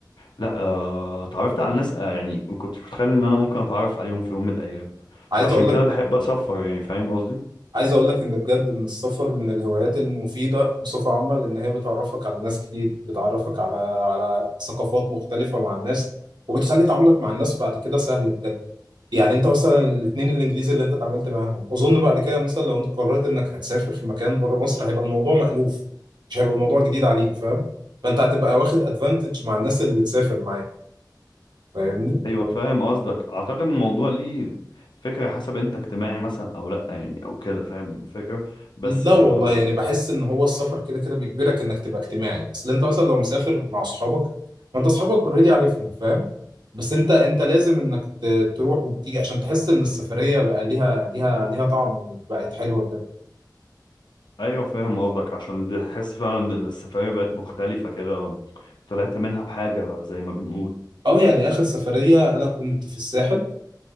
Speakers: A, on the left; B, on the right.
A: لا آه، اتعرفت على ناس آه، يعني ما كنتش متخيل ان انا ممكن اتعرف عليهم في يوم من الايام
B: عايز
A: فعشان
B: اقول
A: كده
B: لك
A: بحب اسفر يعني فاهم قصدي
B: عايز اقول لك ان بجد ان السفر من الهوايات المفيده بصفه عامه لان هي بتعرفك على ناس كتير بتعرفك على على ثقافات مختلفه مع الناس وبتخلي تعاملك مع الناس بعد كده سهل بجد يعني انت مثلا الاثنين الانجليزي اللي انت اتعاملت معاهم اظن بعد كده مثلا لو انت قررت انك هتسافر في مكان بره مصر هيبقى الموضوع مألوف مش هيبقى الموضوع جديد عليك فاهم فانت هتبقى واخد ادفانتج مع الناس اللي بتسافر معاك فاهمني
A: ايوه فاهم قصدك اعتقد الموضوع ليه فكره حسب انت اجتماعي مثلا او لا يعني او كده فاهم الفكره بس
B: لا
A: آه،
B: والله يعني بحس ان هو السفر كده كده بيجبرك انك تبقى اجتماعي اصل انت مثلا لو مسافر مع اصحابك ما انت اصحابك اوريدي عارفهم فاهم بس انت انت لازم انك ت- تروح وبتيجي عشان تحس ان السفريه بقى ليها ليها ليها طعم وبقت حلوه بجد
A: ايوه فاهم قصدك عشان دي- تحس فعلا ان السفريه بقت مختلفه كده طلعت منها بحاجه زي ما بنقول
B: اه يعني اخر سفريه انا كنت في الساحل